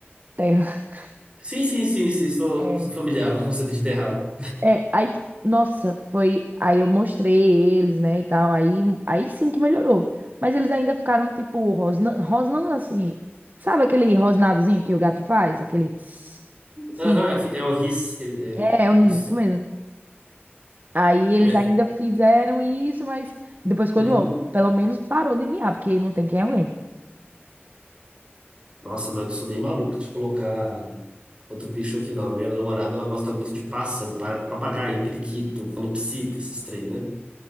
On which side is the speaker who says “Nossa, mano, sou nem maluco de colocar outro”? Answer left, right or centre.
Right